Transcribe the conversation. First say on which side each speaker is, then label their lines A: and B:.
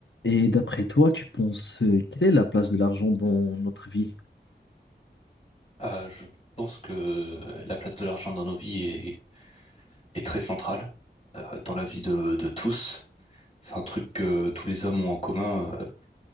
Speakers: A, on the left (about 80°); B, on the left (about 35°).
A: Et d'après toi, tu penses, euh, quelle est la place de l'argent dans notre vie?
B: Ah, je pense que la place de l'argent dans nos vies est, est très centrale euh, dans la vie de, de tous. C'est un truc que tous les hommes ont en commun. euh,